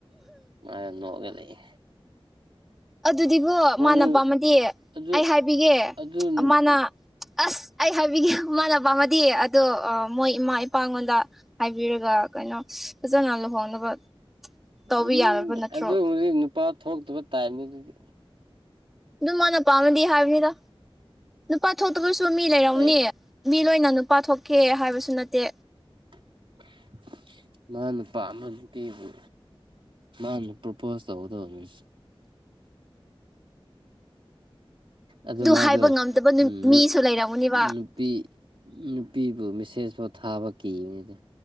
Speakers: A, on the right; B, in the centre.
A: ꯃꯥꯅ ꯅꯣꯛꯑꯒ ꯂꯩꯌꯦ
B: ꯑꯗꯨꯗꯤꯒꯣ
A: ꯃꯣꯏꯗꯨ
B: ꯃꯥꯅ ꯄꯥꯝꯃꯗꯤ
A: ꯑꯗꯨ
B: ꯑꯩ ꯍꯥꯏꯕꯤꯒꯦ
A: ꯑꯗꯨ ꯎꯝ
B: ꯃꯥꯅ ꯑꯁ ꯑꯩ ꯍꯥꯏꯕꯤꯒꯦ ꯃꯥꯟꯅ ꯄꯥꯝꯃꯗꯤ ꯑꯗꯣ ꯑꯥ ꯃꯣꯏ ꯏꯃꯥ ꯏꯄꯥꯉꯣꯟꯗ ꯍꯥꯏꯕꯤꯔꯒ ꯀꯩꯅꯣ ꯐꯖꯅ ꯂꯨꯍꯣꯡꯅꯕ ꯇꯧꯕ
A: ꯎꯝ
B: ꯌꯥꯔꯕ ꯅꯠꯇ꯭ꯔꯣ
A: ꯑꯗꯨꯒꯨꯝꯕꯗꯤ ꯅꯨꯄꯥ ꯊꯣꯛꯇꯕ ꯇꯥꯏꯞꯅꯤ ꯑꯗꯨꯗꯤ
B: ꯗꯨ ꯃꯥꯅ ꯄꯥꯝꯃꯗꯤ ꯍꯥꯏꯕꯅꯤꯗ ꯅꯨꯄꯥ ꯊꯣꯛꯇꯕꯁꯨ ꯃꯤ ꯂꯩꯔꯝꯅꯤ
A: ꯑꯩ
B: ꯃꯤ ꯂꯣꯏꯅ ꯅꯨꯄꯥ ꯊꯣꯛꯀꯦ ꯍꯥꯏꯕꯁꯨ ꯅꯠꯇꯦ
A: <unintelligible> ꯃꯥꯅ ꯄꯥꯝꯕ ꯅꯨꯄꯤꯕꯨ ꯃꯥꯅ ꯄ꯭ꯔꯣꯄꯣꯁ ꯇꯧꯒꯗꯧꯕꯅꯦ ꯑꯗꯨ ꯃꯥꯗꯣ
B: ꯍꯥꯏꯕ ꯉꯝꯗꯕ
A: ꯎꯝ
B: ꯃꯤꯁꯨ ꯂꯩꯔꯝꯒꯅꯤꯕ
A: <unintelligible> ꯄꯤ ꯅꯨꯄꯤꯕꯨ ꯃꯦꯁꯦꯖꯐꯥꯎ ꯊꯥꯕ ꯀꯤꯕꯅꯤꯗ